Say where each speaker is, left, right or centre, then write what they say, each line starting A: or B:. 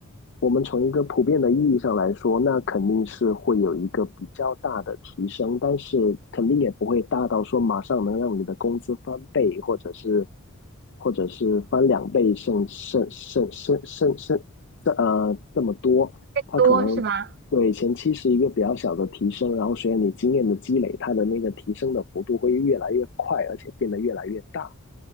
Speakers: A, on the left; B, on the right.
A: 我们从一个普遍的意义上来说，那肯定是会有一个比较大的提升，但是肯定也不会大到说马上能让你的工资翻倍，或者是或者是翻两倍，甚甚甚甚甚甚这呃这么多。它可能对前期是一个比较小的提升，
B: 多是吧？
A: 然后随着你经验的积累，它的那个提升的幅度会越来越快，而且变得越来越大。